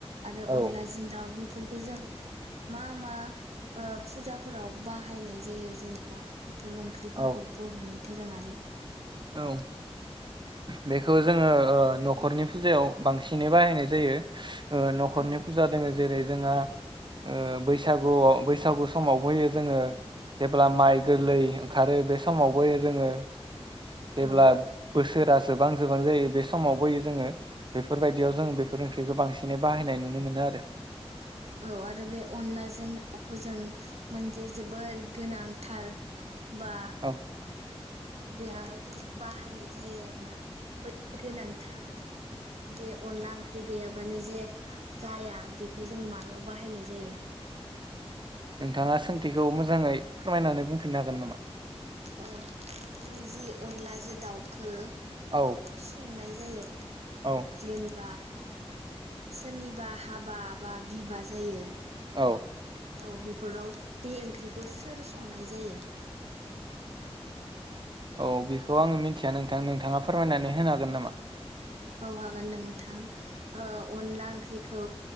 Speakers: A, on the right; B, on the right.
A: आरो
B: औ
A: अनलाजों दाउ बि फोरखौ जों मा मा ओ फुजाफोराव बाहायनाय जायो जेनेबा बेफोर ओंख्रि
B: औ
A: खौ बर'नि दोरोङारि
B: औ बेखौ जोङो ओ न'खरनि फुजायाव बांसिनै बाहायनाय जायो ओ न'खरनि
A: औ
B: फुजा दोङो जेरै जोंहा ओ बैसागुआव बैसागु समावबोयो जोङो जेब्ला माइ गोरलै ओंखारो बे समावबो जोङो जेब्ला
A: औ
B: बोसोरा जोबां जोबां जायो बे समावबोयो जोङो। बेफोरबायदियाव जों बेफोर ओंख्रिखौ बांसिनै बाहायनाय नुनो मोनो आरो।
A: औ आरो बे अनलाजों दाउखो जों मोनसे जोबोर गोनांथार बा
B: औ
A: बेहाहाय जोङो बाहायनाय जायो आरो ना बै गोनांथार बे अनला ओंख्रि गैयाबानो जे जाया बे बेखौ जों मायाव बाहायनाय जायो।
B: नोंथाङा सोंथिखौ मोजाङै फोरमायनानै बुंफिननो हागोन नामा?
A: औ नों जि अनलाजों दाउखो
B: औ
A: सोंनाय जायो
B: औ
A: जेनेबा सोरनिबा हाबा बा बिबा जायो
B: औ
A: औ बेफोराव बे ओंख्रिखौ सोर संनाय जायो?
B: औ बेखौ आङो मिथिया नोंथां नोंथाङा फोरमायनानै होनो हागोन नामा?
A: औ हागोन नोंथां ओ अनला ओंख्रिखौ